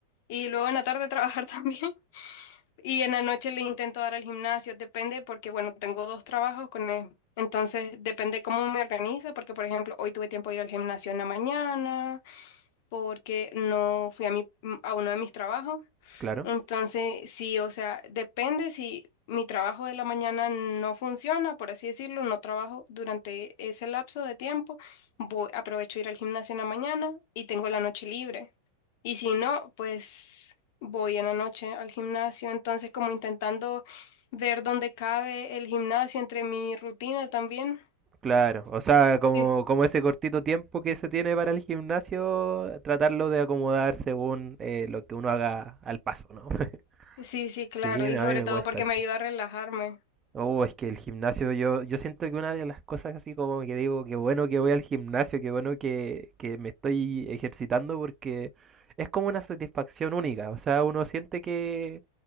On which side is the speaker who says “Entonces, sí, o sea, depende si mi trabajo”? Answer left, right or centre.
Left